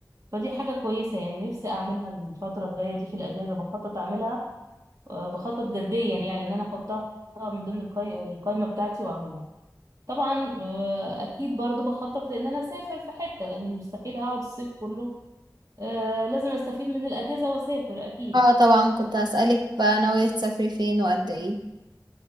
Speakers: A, on the right; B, on the right.
A: فدي حاجة كويسة يعني نفسي أعملها الفترة الجاية دي في الأجازة بخطط أعملها آه، بخطط جديا يعني ان انا احطها من ضمن القاي- القايمة بتاعتي واعملها طبعا آه، اكيد برضو بخطط لان انا اسافر في حتة لاني مستحيل هقعد الصيف كله آه، لازم استفيد من الاجازة واسافر اكيد
B: اه طبعا كنت هسألك بقى ناوية تسافري فين وقد ايه